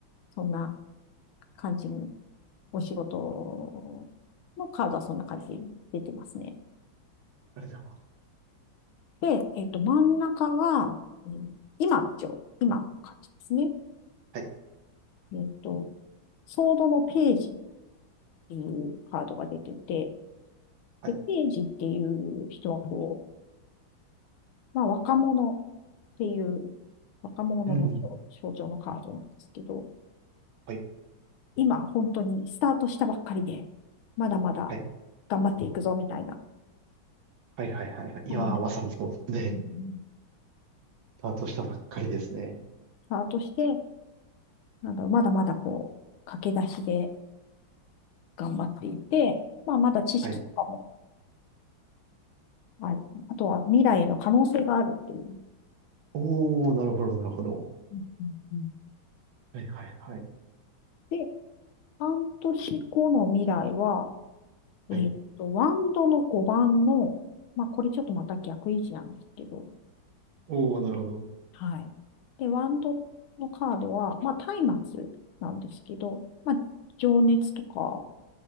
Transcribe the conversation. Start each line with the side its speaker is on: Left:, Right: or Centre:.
Left: そんな感じに、お仕事のカードはそんな感じで出てますね。
Right: ありがとうございます。
Left: で、えっと、真ん中が、うん今の状、今の感じですね。
Right: はい、
Left: えっと、ソードのページっていうカードが出てて、
Right: はい、
Left: で、ページっていう人はこう、まあ若者っていう若者の象象徴のカードなんですけど、
Right: うん、はい、
Left: 今本当にスタートしたばっかりで、まだまだ
Right: はい、
Left: 頑張っていくぞみたいな、
Right: はい、はい、はいはい。いやー、
Left: そんな、
Right: まさにそうですね。
Left: うんうん
Right: スタートしたばっかりですね。
Left: スタートして、なんだろう、まだまだこう、駆け出しで頑張っていて、まあまだ知識とかも
Right: はい。
Left: ある。あとは未来への可能性があるっていう。
Right: おー、なるほど、なるほど。
Left: うんうんうん
Right: はい、はい、はい、
Left: で、半年後の未来は、
Right: はい。
Left: えーっと、ワンドの5番の、まあ、これちょっとまた逆位置なんですけど、
Right: おー、なるほど。
Left: はい。で、ワンドのカードは、まあ、松明なんですけど、まあ、情熱とか、